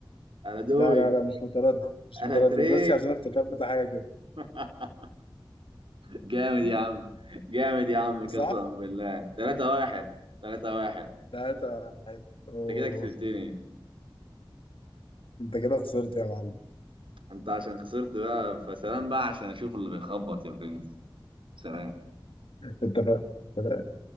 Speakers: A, on the right; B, on the left.
A: ألادوي
B: لا لا لا مش متردد مش
A: ألاتري
B: متردد روسيا عشان أنا افتكرت حاجة كده
A: <laughs> جامد
B: <laughs>
A: يا عم جامد يا عم
B: صح؟
A: قسما بالله 3 واحد 3 واحد
B: لا انت أوه.
A: انت كده كسبتني
B: انت كده خسرت يا معلم
A: انت عشان خسرت بقى فسلام بقى عشان اشوف اللي بيخبط يا برنس سلام
B: انت بقى